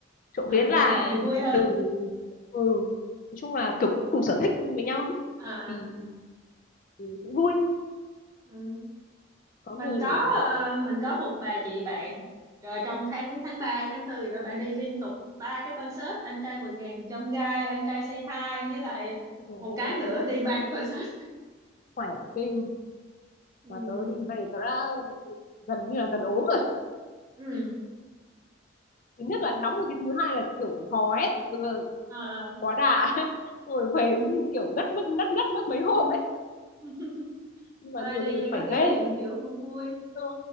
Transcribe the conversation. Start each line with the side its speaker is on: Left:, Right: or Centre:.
Left: trộm
Right: Ờ,
Left: vía là
Right: đi với bạn thì vui hơn.
Left: từ ừ nói chung là kiểu cũng cùng sở thích với nhau ý,
Right: À,
Left: thì,
Right: à.
Left: thì cũng vui
Right: Ừ.
Left: có
Right: Mình
Left: người
Right: có
Left: thì,
Right: ờ, mình có một bà chị bạn rồi trong tháng tháng ba tháng tư rồi bà đi liên tục ba cái concert anh trai vượt ngàn chông gai anh trai say hi với lại
Left: ờ,
Right: một cái nữa đi ba cái concert
Left: khỏe kinh
Right: ừ.
Left: mà tớ đi về tớ đã gần như là gần ốm rồi
Right: ừ
Left: thứ nhất là nóng rồi cái thứ hai là kiểu hò hét vừa-
Right: ờ ờ
Left: quá đà <laughs> rồi về
Right: ừ.
Left: cũng kiểu ngất mất ngất ngất mất mấy hôm đấy
Right: <laughs>
Left: nhưng mà
Right: thôi
Left: nhiều
Right: đi
Left: người
Right: cho có
Left: khỏe
Right: kỷ
Left: ghê
Right: niệm kiểu cũng vui
Left: ừ,